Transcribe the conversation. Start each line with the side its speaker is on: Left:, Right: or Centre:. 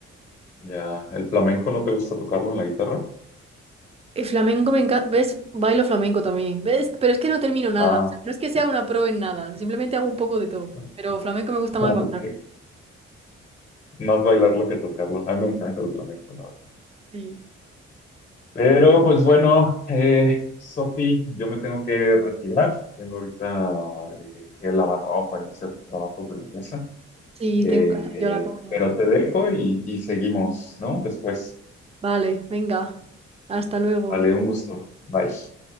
Left: Ya, ¿el flamenco no te gusta tocarlo en la guitarra?
Right: El flamenco me encanta, ¿ves? Bailo flamenco también, ¿ves? Pero es que no termino nada,
Left: Ah,
Right: o sea, no es que sea
Left: ok.
Right: una pro en nada, simplemente hago un poco de todo,
Left: <laughs>
Right: pero flamenco me gusta más
Left: Ah,
Right: bailar.
Left: ok. Más bailarlo que tocarlo. A mí me encanta el flamenco, la verdad.
Right: Sí,
Left: Pero pues bueno, eh, Sofi, yo me tengo que retirar. Tengo ahorita eh, que lavar ropa y hacer trabajos de la casa.
Right: sí,
Left: Eh,
Right: tengo que hacer yo la comida
Left: pero
Right: también.
Left: te dejo y, y seguimos, ¿no? Después.
Right: Vale, venga, hasta luego.
Left: Vale, un gusto. Bye.